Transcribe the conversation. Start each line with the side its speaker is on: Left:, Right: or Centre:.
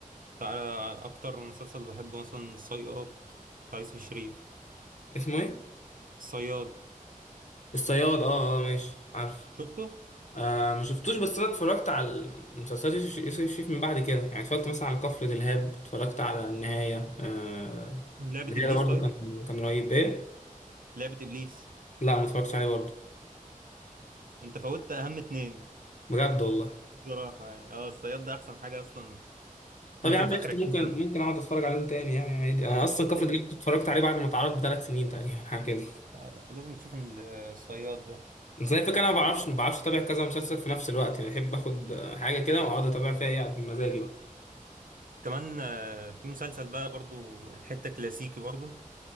Right: تعالى أكتر مسلسل بحبه مثلا صياد بتاع يوسف الشريف
Left: اسمه إيه؟
Right: صياد
Left: الصياد اه اه ماشي عارف
Right: شفته
Left: آه ما شفتوش بس انا اتفرجت على المسلسلات يوسف يوسف الشريف من بعد كده يعني اتفرجت مثلا على كفر دلهاب اتفرجت على النهاية آه
Right: لعبة
Left: النهاية
Right: ابليس
Left: ده برضه
Right: طيب
Left: كان كان رهيب ايه
Right: لعبة ابليس
Left: لا ما اتفرجتش عليه برضه
Right: انت فوتت اهم اتنين
Left: بجد والله
Right: بصراحة يعني اه الصياد ده احسن حاجة اصلا
Left: طب
Right: ممكن
Left: يا عم
Right: في اخر
Left: قشطة
Right: 20
Left: ممكن
Right: سنة
Left: ممكن اقعد اتفرج عليهم تاني يعني عادي انا اصلا كفر
Right: ايوه
Left: دلهاب
Right: لا
Left: كنت اتفرجت عليه بعد ما اتعرض بثلاث سنين تقريبا حاجه كده
Right: لا لا، لازم تشوف ال- الصياد ده
Left: بس هي الفكره انا ما بعرفش ما بعرفش اتابع كذا مسلسل في نفس الوقت يعني بحب اخد آه، حاجه كده واقعد اتابع فيها يعني بمزاجي بقى
Right: كمان آه، في مسلسل بقى برضو الحتة كلاسيكي برضو